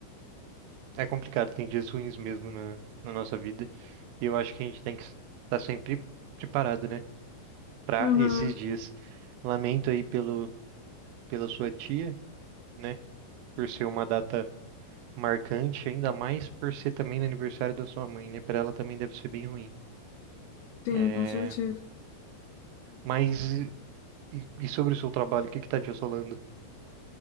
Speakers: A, on the right; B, on the left.
A: é complicado, tem dias ruins mesmo na, na nossa vida. E eu acho que a gente tem que estar sempre preparado, né? Para
B: Uhum.
A: esses dias. Lamento aí pelo, pela sua tia, né? Por ser uma data. marcante, ainda mais por ser também no aniversário da sua mãe, né? Para ela também deve ser bem ruim.
B: Sim,
A: É,
B: com certeza.
A: mas e, e sobre o seu trabalho, o que que tá te assolando?